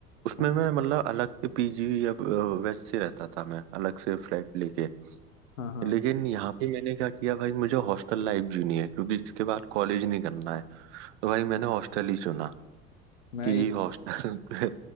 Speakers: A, on the right (about 55°); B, on the left (about 70°).
A: उसमें
B: हाँ
A: मैं मतलब अलग से पीजी या अ, वैसे रहता था मैं अलग से फ्लैट लेके
B: हाँ हाँ,
A: लेकिन यहाँ पे मैंने क्या किया भाई मुझे हॉस्टल लाइफ जीनी है क्योंकि इसके बाद कॉलेज नहीं करना है तो भाई मैंने हॉस्टल ही चुना
B: मैं
A: कि
B: ये
A: हॉस्टल <laughs>